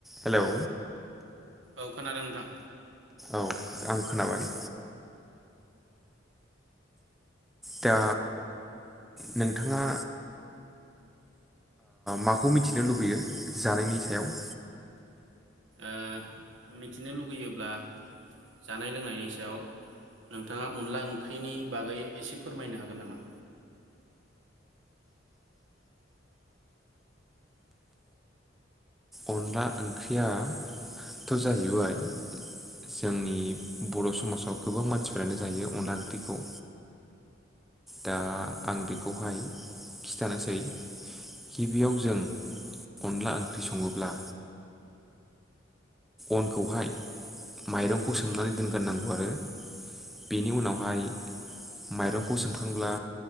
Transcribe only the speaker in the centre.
Hello
औ आं खोनाबाय। दा नोंथाङा माखौ मिथिनो लुबैयो जानायनि सायाव?
अनला ओंख्रियाथ' जाहैबाय जोंनि बर' समाजाव गोबां मानसिफ्रानो जायो अनला ओंख्रिखौ। दा आं बेखौहाय खिथानोसै गिबियाव जों अनला ओंख्रि सङोब्ला अनखौहाय माइरंखौ सोमनानै दोनग्रनांगौ आरो बेनि उनावहाय माइरंखौ सोमखांब्ला